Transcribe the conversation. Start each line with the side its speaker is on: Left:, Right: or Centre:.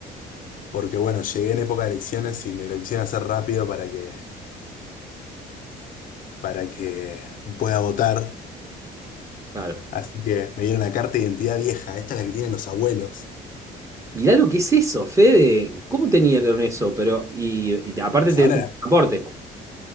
Left: porque bueno, llegué en época de elecciones y me lo quisieron hacer rápido para que, para que pueda votar.
Right: Claro.
Left: Así que me dieron la carta de identidad vieja. Esta es la que tienen los abuelos.
Right: Mirá lo que es eso, Fede. ¿Cómo tenían eso? Pero, y, y aparte tenés
Left: Ahora,
Right: el pasaporte.